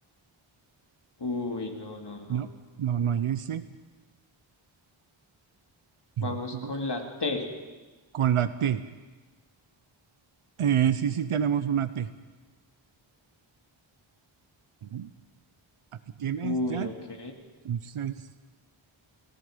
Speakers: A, on the left; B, on the right.
A: Uy, no, no, no.
B: No, no, no hay S. Entonces,
A: Vamos con la T.
B: con la T. Eh, sí, sí tenemos una T. Ujú. Aquí tienes
A: Uy,
B: ya.
A: ok.
B: Entonces,